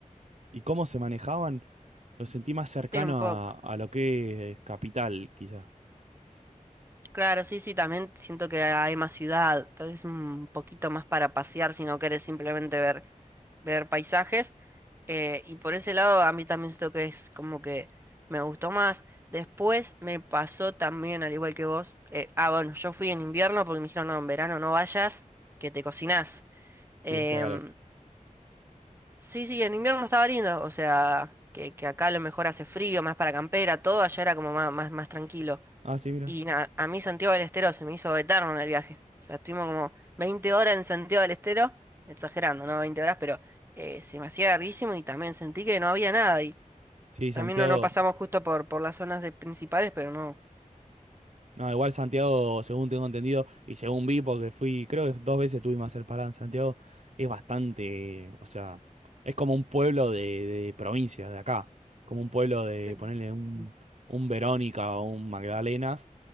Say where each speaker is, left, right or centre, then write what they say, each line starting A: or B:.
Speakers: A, on the right; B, on the right.
A: y cómo se manejaban, lo sentí más cercano
B: Sí, un poco.
A: a, a lo que es Capital, quizá.
B: Claro, sí, sí, también siento que hay más ciudad, tal vez un poquito más para pasear si no querés simplemente ver, ver paisajes. eh, y por ese lado a mí también siento que es como que me gustó más. Después me pasó también, al igual que vos, eh, ah, bueno, yo fui en invierno porque me dijeron, no, en verano no vayas, que te cocinás. Em,
A: Sí, hacía calor.
B: sí, sí, en invierno estaba lindo, o sea, que, que acá a lo mejor hace frío, más para campera, todo allá era como más, más, más tranquilo.
A: Ah, sí, mira.
B: Y nada, a mí Santiago del Estero se me hizo eterno en el viaje. O sea, estuvimos como 20 horas en Santiago del Estero, exagerando, ¿no? veinte horas, pero eh, se me hacía larguísimo y también sentí que no había nada. Y
A: Sí, Santiago.
B: también no, no pasamos justo por, por las zonas de principales, pero no.
A: No, igual Santiago, según tengo entendido, y según vi, porque fui, creo que dos veces tuvimos a hacer parada en Santiago, es bastante, o sea, es como un pueblo de, de provincia, de acá, como un pueblo de
B: Sí.
A: ponerle un,
B: <laughs>
A: un Verónica o un Magdalenas,